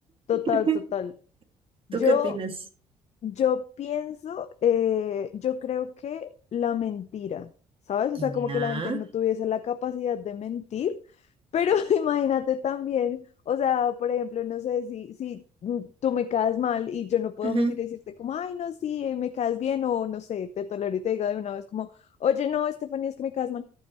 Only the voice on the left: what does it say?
total,
total. Yo
Yo pienso, eh, yo creo que la mentira, ¿sabes? O
sea, como que la gente no tuviese la capacidad de mentir, pero <laughs> imagínate también, o sea, por ejemplo, no sé si, si mm, tú me caes mal y yo no puedo
mentir y decirte como, ay, no, sí, eh, me caes bien, o no sé, te tolero y te diga de una vez como, oye, no, Estefanía, es que me caes mal.